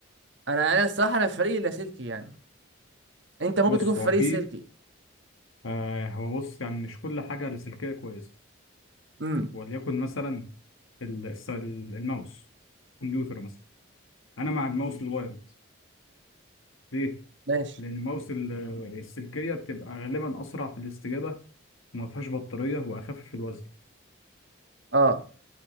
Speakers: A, on the right (about 60°); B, on the left (about 80°).
A: انا انا الصراحه انا في فريق اللاسلكي يعني انت ممكن
B: بص
A: تكون في
B: هو
A: فريق
B: في
A: السلكي
B: آه هو بص يعني مش كل حاجه لاسلكيه كويسه
A: امم
B: وليكن مثلا ال... الس- ال- الماوس كمبيوتر مثلا انا مع الماوس الوايرد ليه
A: ماشي
B: لان الماوس ال- السلكيه بتبقى غالبا اسرع في الاستجابه وما فيهاش بطاريه واخف في الوزن
A: اه